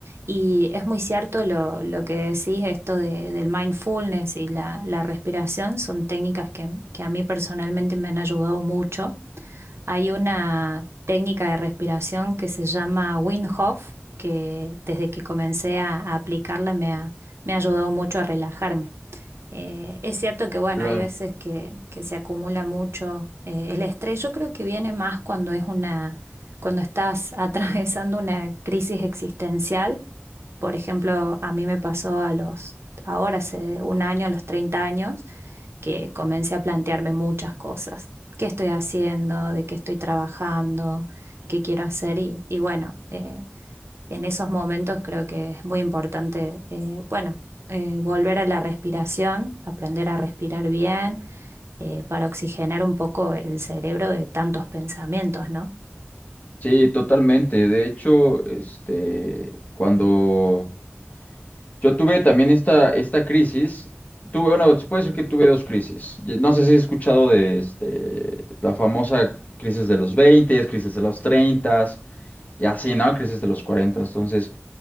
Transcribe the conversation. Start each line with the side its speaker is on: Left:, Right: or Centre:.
Right: Y es muy cierto lo, lo que decís, esto de- del mindfulness y la, la respiración son técnicas que, que a mí personalmente me han ayudado mucho. Hay una técnica de respiración que se llama Wim Hof, que desde que comencé a, a aplicarla me ha, me ha ayudado mucho a relajarme. Eh, es cierto que, bueno,
Left: Claro.
Right: hay veces que, que se acumula mucho eh, el estrés. Yo creo que viene más cuando es una, cuando estás <laughs> atravesando una crisis existencial. Por ejemplo, a mí me pasó a los, ahora hace un año, a los 30 años que comencé a plantearme muchas cosas. ¿Qué estoy haciendo? ¿De qué estoy trabajando? ¿Qué quiero hacer? Y, y bueno, eh, en esos momentos creo que es muy importante, eh, bueno, eh, volver a la respiración, aprender a respirar bien, eh, para oxigenar un poco el cerebro de tantos pensamientos, ¿no?
Left: Sí, totalmente. De hecho, este, cuando Yo tuve también esta, esta crisis. Tuve, bueno, se puede decir que tuve dos crisis. Y No sé si has escuchado de este, la famosa crisis de los 20, crisis de los 30 y así, ¿no? Crisis de los 40. Entonces,